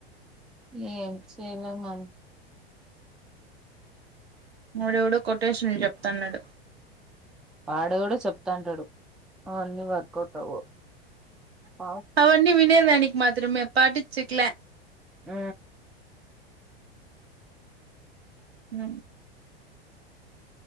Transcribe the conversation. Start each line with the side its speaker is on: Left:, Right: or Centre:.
Centre: ఎన్ చేల మన్
Right: వాడు ఎవడో కొటేషన్ల్ జెప్తాన్నాడు
Centre: ఆడేవడో చెప్తాంటాడు అవన్నీ వర్కౌట్ అవ్వవు పాస్
Right: అవున్నీ వినేదానికి మాత్రమే పాటించేకిలా
Centre: ఆ
Right: ఉం